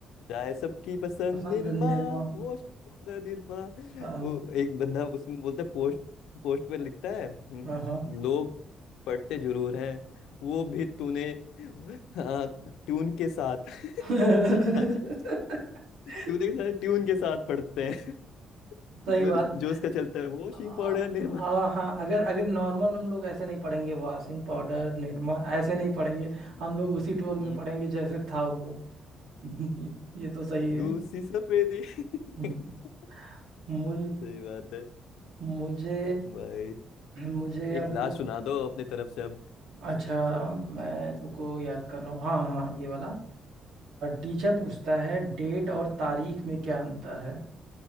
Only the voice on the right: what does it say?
पसंद
निर्माण
हाँ
हाँ हाँ।
<laughs>
सही
बात
आ, आ,
हाँ अगर अगर नॉर्मल हम लोग ऐसे नहीं पढ़ेंगे वासिम पाउडर
निरमा ऐसे नहीं पढ़ेंगे
हम लोग उसी टोन
में पढ़ेंगे जैसे था वो <laughs> ये ये तो सही
है
<laughs> मुझे
मुझे
मुझे अब
अच्छा मैं तुमको याद कर रहा हूँ हाँ हाँ ये वाला टीचर पूछता है डेट और तारीख
में क्या अंतर है